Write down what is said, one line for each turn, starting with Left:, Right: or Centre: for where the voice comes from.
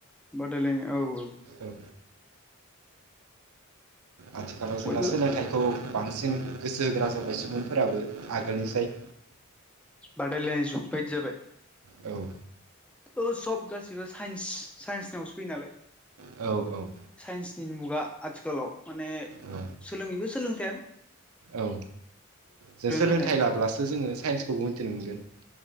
Centre: बादायलायनाय औ औ
Right: औ आथिखालाव जोंना
Centre: बयबो
Right: सोलोंथाइखौ बांसिन गोसो होग्रा जाबाय सुबुंफोराबो आगोलनिसाय
Centre: बादायलायनाय जुग बायदि जाबाय
Right: औ
Centre: औ सब गासिबो साइन्स साइन्सनियावसो फैयो नालाय
Right: औ औ
Centre: साइन्सनि मुगा आथिखालाव माने
Right: औ
Centre: सोलोङैबो सोलोंथायानो
Right: औ जों सोलोंथाइ
Centre: फैनाय
Right: लाब्लासो जोङो साइन्सखौबो मिथिनो मोनगोन